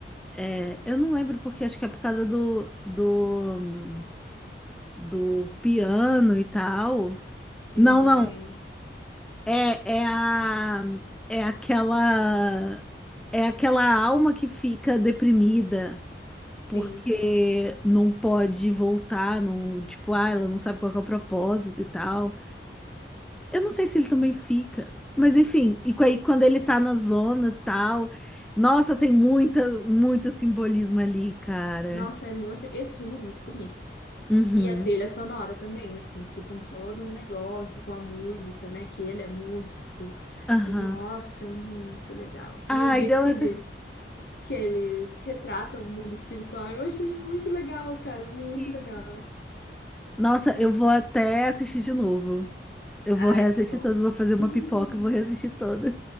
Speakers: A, in the centre; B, on the left.
A: é, eu não lembro porque, acho que é por causa do, do, do piano e tal.
B: Uhum.
A: Não, não. É, é a, é aquela, é aquela alma que fica deprimida
B: Sim.
A: porque não pode voltar, não, tipo, ah, ela não sabe qual que é o propósito e tal. Eu não sei se ele também fica, mas enfim, e aí quando ele tá na zona tal, nossa, tem muita, muito simbolismo ali, cara.
B: Nossa, é muito. Esse filme é muito bonito.
A: Uhum.
B: E a trilha sonora também, assim, porque tem todo um negócio com a música, né? Que ele é músico.
A: Aham.
B: E nossa, é muito legal.
A: Ai,
B: E o jeito
A: deu
B: que
A: até.
B: eles que eles retratam o mundo espiritual, eu achei muito legal, cara, muito
A: Sim.
B: legal.
A: Nossa, eu vou até assistir de novo. Eu
B: Ai,
A: vou reassistir
B: tá bom.
A: todas, vou fazer uma
B: <laughs>
A: pipoca e vou reassistir toda.